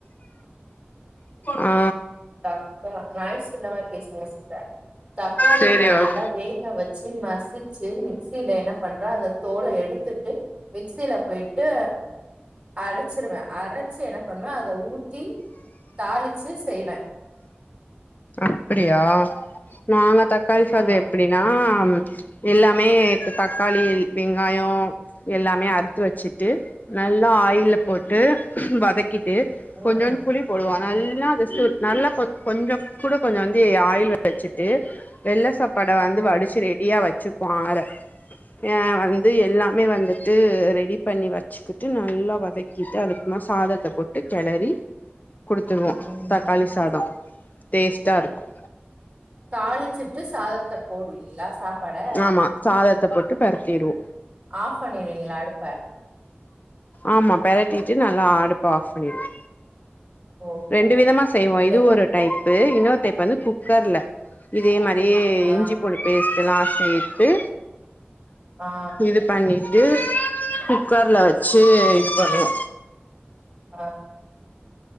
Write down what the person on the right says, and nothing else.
தக்கா நாய்ஸ் இல்லாம பேசுங்க சிஸ்டர் தக்காளிய
நா நல்லா
வேக வச்சு மசிச்சு மிக்சியில என்ன பண்ற அத தோல எடுத்துட் ய் மிக்சில போயிட்டு அரச்சிருவ அரைச்சி என்ன பண்ணுவ அத ஊத்தி தாளிச்சு செய்வ
ஆமா
ம்
ம்
ம்
ம்
ம்
தாளிச்சிட்டு சாதத்த போடுவீங்களா சாப்பாட
ஆஃப் பண்ணிடுவீங்களா அடுப்ப
ஓகே
ஓகே
இல்ல
ஆ
ஆ
ஆ